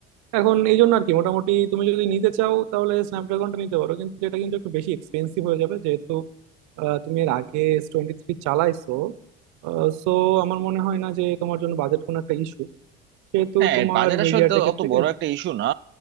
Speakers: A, on the right; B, on the right.
A: এখন এই জন্য আর কি মোটামুটি তুমি যদি নিতে চাও তাহলে স্ন্যাপড্রাগনটা নিতে পারো কিন্তু এটা কিন্তু একটু বেশি এক্সপেন্সিভ হয়ে যাবে যেহেতু আহ, তুমি এর আগে এস টোয়েন্টি থ্রি চালাইছো সো আমার মনে হয় না যে তোমার জন্য বাজেট কোনো একটা ইস্যু সেহেতু
B: হ্যাঁ
A: তোমার
B: বাজেট
A: মিডিয়াটেকের
B: আসলে তো অত
A: থেকে
B: বড় একটা ইস্যু না